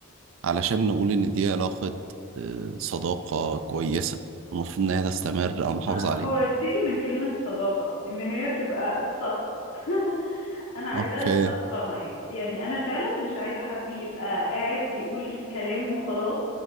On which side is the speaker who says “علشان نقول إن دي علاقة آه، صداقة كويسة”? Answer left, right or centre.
Right